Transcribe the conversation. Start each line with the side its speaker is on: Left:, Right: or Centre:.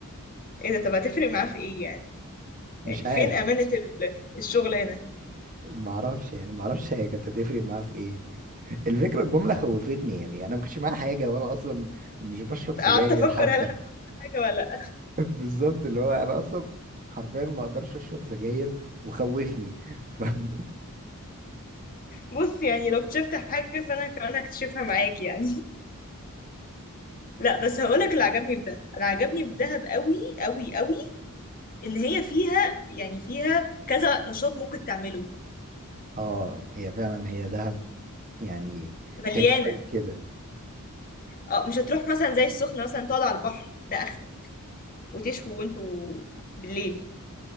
Left: ايه ده طب هتفرق معاه في ايه يعني,
Right: مش
Left: يعني فين
Right: عارف
Left: امانة ال- الشغلانة
Right: معرفش يعني معرفش هي كانت هتفرق معاه في ايه الفكره الجمله خوفتني يعني انا ما كانش معايا حاجه وانا اصلا مش بشرب سجاير
Left: قعدت افكر
Right: حتى
Left: هل انا معايا حاجة ولا لا
Right: <laughs> بالظبط اللي هو انا اصلا حرفيا ما اقدرش اشرب سجاير وخوفني <laughs>
Left: بص يعني لو اكتشفت حاجة فانا كمان هكتشفها معاك يعني لا بس هقولك اللي عجبني في ده انا عجبني في دهب قوي قوي قوي ان هي فيها يعني فيها كذا نشاط ممكن تعمله
Right: اه هي فعلا هي دهب يعني
Left: مليانه
Right: حلو قوي في كده
Left: اه مش هتروح مثلا زي السخنه مثلا تقعد على البحر ده اخرك وتشوي وانتوا بالليل